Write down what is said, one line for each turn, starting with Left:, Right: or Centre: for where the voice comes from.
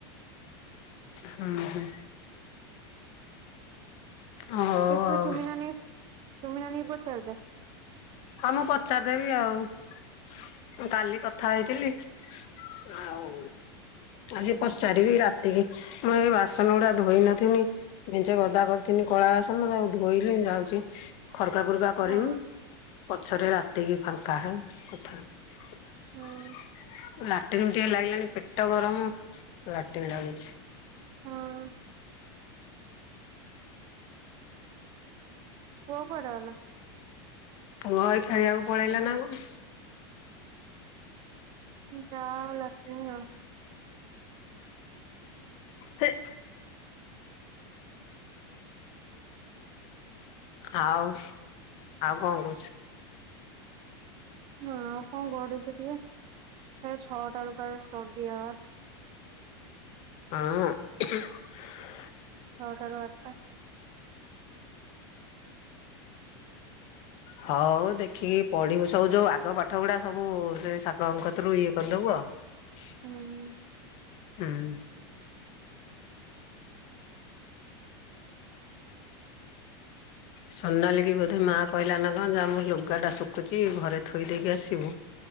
Left: ହୁଁ ହୁଁ ହଉ
Right: ତୁ
Left: ଆଉ
Right: ଚୁମି ନାନୀ ଚୁମି ନାନୀକୁ ପଚାରି ଦେ
Left: ହଁ ମୁଁ ପଚାରିଦେବି ଆଉ କାଲି କଥା ହେଇଥିଲି ହଉ ଆଜି ପଚାରିବି ରାତିକି ମୁଁ ଏ ବାସନ ଗୁଡା ଧୋଇ ନଥିନି ମେଞ୍ଚେ ଗଦା କରିଥିନି କଳାବାସନ ତାକୁ ଧୋଇଲେ ହିଁ ଯାଉଛି ଖରକା ଫୁର୍କା କରିମି
Right: ହଁ
Left: ପଛରେ ରାତିକି ଫାଙ୍କା ହେ କଥା ହେମି
Right: ହଁ
Left: ଲାଟିନ୍ ବି ଟିକେ ଲାଗିଲାଣିି ପେଟ ଗରମ ଲାଟିନ଼ ଲାଗୁଛି
Right: ହଁ ପୁଅ କୁଆଡେ ଗଲା
Left: ପୁଅ ଏଇ ଖେଳିବାକୁ ପଳେଇଲା ନା କଣ
Right: ଯାଉ ହୁଁ
Left: ହେ ଆଉ ଆଉ କଣ କହୁଛୁ
Right: ହଁ ଆଉ କଣ <unintelligible> ସେ ଛଅଟାରୁ କାଳେ ଷ୍ଟଡି ଆଉଆର
Left: ହଁ
Right: ଛଅଟାରୁ ଆଠଟା
Left: ହଉ ଦେଖିକି ପଢିବୁ ସବୁ ଯୋଉ ଆଗ ପାଠ ଗୁଡା ସବୁ ସେ ସାଙ୍ଗଙ୍କତରୁ ଇଏ କରିଦବୁ ଆଉ ହ
Right: ହୁଁ
Left: ହୁଁ ସୋନାଲିକୁ ବୋଧେ ମା କହିଲା ନା କଣ ଯା ମୋ ଲୁଗା ଟା ଶୁଖୁଚି ଘରେ ଥୋଇ ଦେଇକି ଆସିବୁ